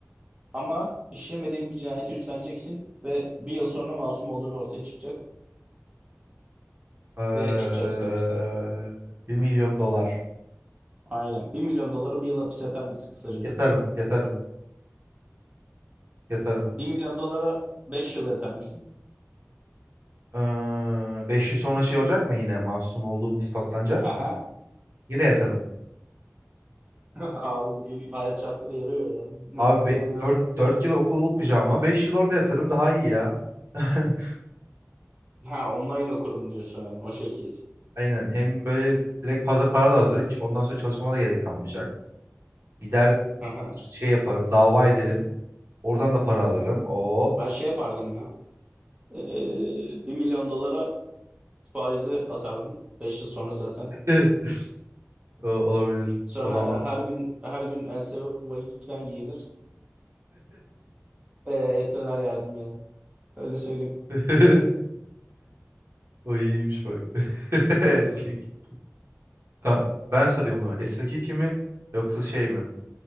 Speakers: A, on the right; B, on the right.
A: ama işlemediğin bir cinayeti üstleneceksin ve bir yıl sonra masum olduğun ortaya çıkacak
B: Eee
A: ve çıkacaksın hapisten.
B: 1 milyon dolar.
A: Aynen bir milyon dolara bir yıl hapis yatar mısın kısaca?
B: Yatarım, yatarım, yatarım.
A: bir milyon dolara 5 yıl yatar mısın?
B: Eee 5 yıl sonra şey olacak mı yine? Masum olduğum ispatlanacak
A: Haha.
B: mı? Yine yatarım.
A: <laughs> Abi bizim hayat şartları yarıyor ya. 1 milyon
B: Abi
A: dolara
B: dört
A: ne?
B: dört yıl okul okuyacağıma 5 yıl orada yatarım daha iyi ya. <laughs>
A: Ha online okurum diyorsun yani, o şekil.
B: Aynen. Hem böyle direkt fazla para da hazır. Hiç ondan sonra çalışmama da gerek kalmayacak. Gider
A: Haha.
B: şey yaparım, dava ederim. Oradan da para alırım. Oo.
A: Ben şey yapardım ya. Ee, 1 milyon dolara Faizi atardım. 5 yıl sonra zaten.
B: <laughs> O olabilir.
A: Sonra
B: Olamam.
A: e, her gün her gün Else Vakiki'den giyinir. E, et döner yerdim yani. Öyle söyleyeyim.
B: <laughs> O iyiymiş bak. <laughs> Tamam, ben sarayım o zaman. SVK mi yoksa şey mi?